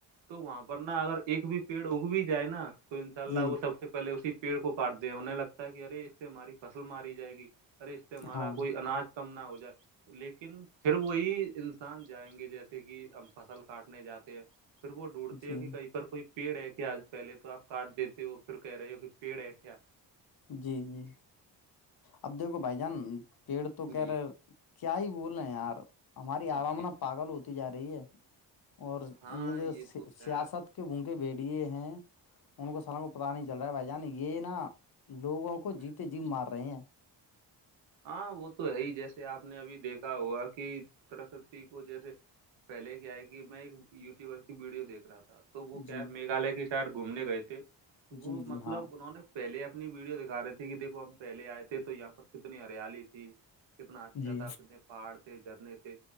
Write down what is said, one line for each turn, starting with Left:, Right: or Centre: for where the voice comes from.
Right: تو وہاں پر نا اگر ایک بھی پیڑ اگ بھی جائے نا تو ان شاء اللہ
Left: جی
Right: وہ سب سے پہلے اسی پیڑ کو کاٹ د ہیں انہیں لگتا ہے کہ ارے اس سے ہماری فصل ماری جائے گی ارے اس سے ہمارا
Left: ہاں
Right: کوئی اناج کم نہ ہو جائے لیکن پھر وہی انسان جائیں گے جیسے کہ ہمب فصل کاٹنے جاتے ہیں پھر وہ ڈوڑتے
Left: جی
Right: ہیں کہ کائی کوئی پیڑ ہے کیا آج پہلے تو آپ کاٹ دیتے ہو پھر کہہ رہے ہو کہ پیڑ ہے کیا
Left: جی جی اب دیکھو بھائی جان پیڑ تو
Right: جی
Left: کہہ رہے کیا ہی بول رہے ہیں یار ہماری
Right: جی
Left: عوامن پاگل ہوتی جا رہی ہے اور
Right: ہاں
Left: یہ جو
Right: تو ہے
Left: سیاست کے بونگے بڑیے ہیں ان کو سالوں کو پتا نہیں چل رہا ہے بھائی جان یہ نا لوگوں کو جیتے جی مار رہے ہیں
Right: ہاں وہ تو ہے ہی جیسے آپ نے ابھی دیکھا ہوا کہ پرکرتی کو جیسے پہلے کیائے کہ میں ایک یوٹیوبر کی ویڈیو دیکھ رہا تھا تو وہ کیا
Left: جی
Right: میگھالیہ کی سائڈ گھومنے گئے تھے تو وہ
Left: جی جی
Right: مطلب
Left: ہاں
Right: انہوں نے پہلے اپنی ویڈیو دکھا رہے تھے کہ دیکھو ہم پہلے آئے تھے تو یہاں پر کتنی ہریالی تھی کتنا اچھا
Left: جی
Right: تھا کنے پہاڑ تھے جھرنے تھے